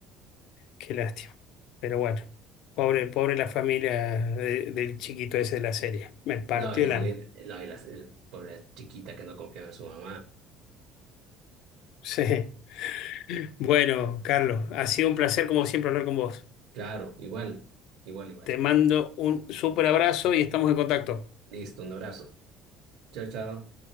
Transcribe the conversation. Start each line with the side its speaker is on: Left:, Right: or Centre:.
Left: qué lástima. Pero bueno, pobre, pobre la familia de- del chiquito ese de la serie. Me partió
Right: No, eh,
Left: el alma.
Right: eh, no, y las- el pobre chiquita que no confiaba en su mamá.
Left: Sí.
Right: Eh,
Left: <laughs> Bueno, Carlos, ha sido un placer como siempre hablar con vos.
Right: Claro, igual, igual, igual.
Left: Te mando un súper abrazo y estamos en contacto.
Right: Listo, un abrazo. Chao, chao.